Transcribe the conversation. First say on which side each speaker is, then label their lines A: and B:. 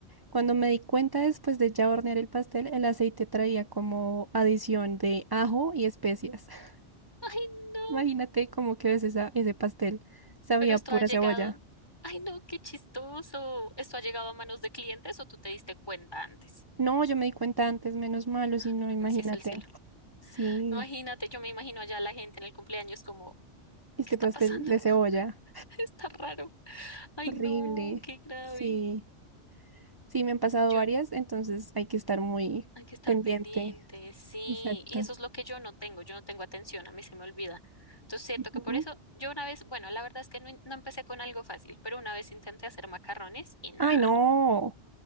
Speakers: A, on the right; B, on the left.
A: Cuando me di cuenta después de ya hornear el pastel, el aceite traía como adición de ajo y especias. <laughs>
B: ay, no.
A: Imagínate cómo quedó ese, sa- ese pastel. Sabía
B: Pero esto
A: a pura
B: ha llegado.
A: cebolla.
B: Ay, no, qué chistoso. ¿Esto ha llegado a manos de clientes o tú te diste cuenta antes?
A: No, yo me di cuenta antes, menos malo,
B: Ah,
A: si no,
B: bueno,
A: imagínate.
B: gracias al cielo.
A: Sí,
B: Imagínate, yo me imagino allá la gente en el cumpleaños como,
A: este
B: ¿qué está
A: pastel
B: pasando?
A: de cebolla.
B: <laughs> Está raro. Ay,
A: Horrible.
B: no, qué grave.
A: Sí, sí, me han pasado
B: Yo,
A: varias, entonces hay que estar muy
B: Hay que estar
A: pendiente.
B: pendientes, sí.
A: Exacto.
B: Y eso es lo que yo no tengo, yo no tengo atención, a mí se me olvida. Entonces siento que
A: Ujú.
B: por eso yo una vez, bueno, la verdad es que no, in- no empecé con algo fácil, pero una vez intenté hacer macarrones y nada,
A: Ay, no,